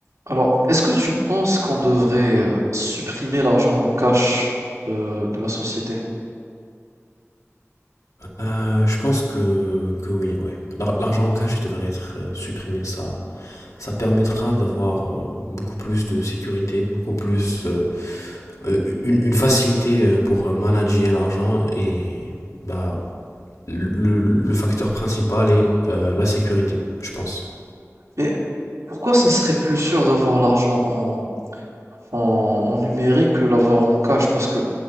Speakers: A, on the right; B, on the left.
A: Alors, est-ce que tu penses qu'on devrait euh, supprimer l'argent en cash de, de la société?
B: Euh, je pense que, que oui, ouais. L'ar- L'argent en cash devrait être euh, supprimé. Ça, ça permettra d'avoir euh, beaucoup plus de sécurité, beaucoup plus euh, euh, une, une facilité euh, pour euh, manager l'argent et bah, le, le- le facteur principal est euh, la sécurité, je pense.
A: Mais pourquoi ça serait plus sûr d'avoir l'argent en, en, en numérique que l'avoir en cash? Parce que